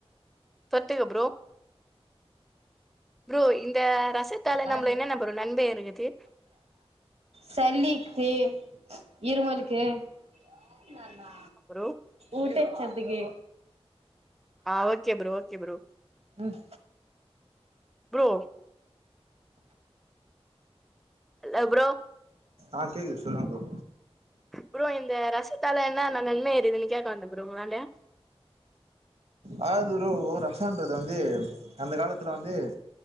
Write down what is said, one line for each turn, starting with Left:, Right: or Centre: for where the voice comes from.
Centre: தொட்டுக்க ப்ரோ ப்ரோ இந்த ரசத்தால
Right: பா
Centre: நம்மள என்னென்ன ப்ரோ நன்மை இருக்குது
Right: சள்ளிக்கு இருமலுக்கு ம் ந நா
Centre: அப்பரோ
Right: ஊட்டச்சத்துக்கெ
Centre: ஆ ஓகே ப்ரோ ஓகே ப்ரோ
Right: ம்
Centre: ப்ரோ இல்ல ப்ரோ
Right: ஆ கேக்குது சொல்லுங்க ப்ரோ
Centre: ப்ரோ இந்த ரசத்தால ன்ன நா நன்மை இருதுன்னு கேக்க வந்த ப்ரோ உங்களான்ட
Right: அதாவது ப்ரோ ரசன்றது வந்து அந்த காலத்துல வந்து